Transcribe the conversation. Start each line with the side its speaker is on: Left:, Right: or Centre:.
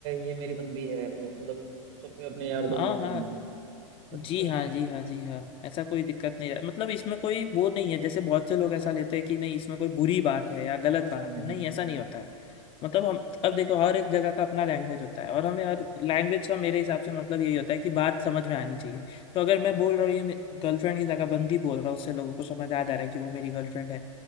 Right: ये मेरी बंदी है वो मतलब सबके अपने यार दोस्तों
Left: हाँ
Right: के सामने
Left: हाँ
Right: अच्छा
Left: जी हाँ जी हाँ जी हाँ ऐसा कोई दिक्कत नहीं है मतलब इसमें कोई वो नहीं है जैसे बहुत से लोग ऐसा लेते हैं कि नहीं इसमें कोई बुरी बात है या गलत बात
Right: हम्म
Left: है नहीं ऐसा नहीं होता है मतलब हम अब देखो हर एक जगह का अपना लैंग्वेज होता है और हमें हर लैंग्वेज का मेरे हिसाब से मतलब यही होता है कि बात समझ में आनी चाहिए तो अगर मैं बोल रहा हूँ ये गर्लफ्रेंड की जगह बंदी बोल रहा हूँ उससे लोगों को समझ आ जा रहा है कि वो मेरी गर्लफ्रेंड है